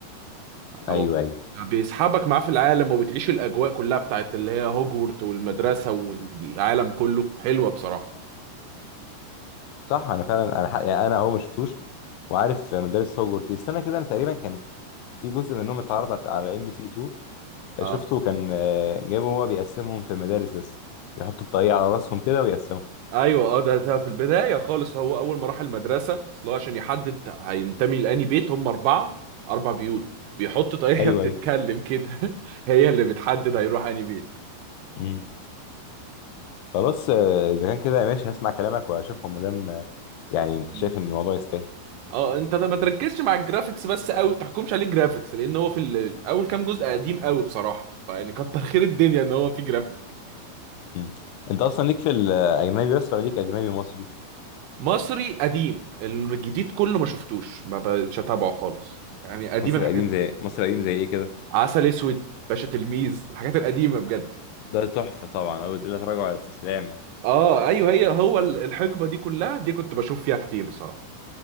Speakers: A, on the right (about 80°); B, on the left (about 85°).
A: اهو
B: ايوه ايوه
A: بيسحبك معاه في العالم وبتعيش الاجواء كلها بتاعت اللي هي هوجورت والمدرسه والعالم كله حلوه بصراحه
B: صح انا فعلا انا حق... يعني انا هو ما شفتوش وعارف مدرسة
A: مم.
B: هوجورتس استنى كده انا تقريبا كان في جزء منهم اتعرض على ام بي سي 2
A: اه
B: شفته كان آه، جابوا هو بيقسمهم في المدارس بس بيحطوا الطاقية على راسهم كده ويقسمهم
A: ايوه اه ده ده في البدايه خالص هو اول ما راح المدرسه اصل هو عشان يحدد هينتمي لاني بيت هم اربعه اربع بيوت بيحط طاقيه
B: ايوه
A: بتتكلم كده <laughs> هي اللي بتحدد هيروح انهي بيت
B: ايوه خلاص آه، اذا كان كده ماشي هسمع كلامك واشوفهم مادام آه، يعني انت
A: مم.
B: شايف ان الموضوع يستاهل
A: اه انت ما تركزش مع الجرافيكس بس قوي ما تحكمش عليه جرافيكس لان هو في ال- اول كام جزء قديم قوي بصراحه فيعني كتر خير الدنيا ان هو في جرافيكس
B: مم. انت اصلا ليك في الاجنبي بس ولا ليك اجنبي مصري
A: مصري قديم الجديد كله ما شفتوش ما بقتش اتابعه خالص يعني قديم
B: مصري
A: الحاجات
B: قديم زي مصري قديم زي ايه كده
A: عسل اسود باشا تلميذ الحاجات القديمه بجد
B: ده تحفه طبعا او لا تراجع على الاستسلام
A: اه ايوه هي هو ال- الحقبه دي كلها دي كنت بشوف فيها كتير بصراحه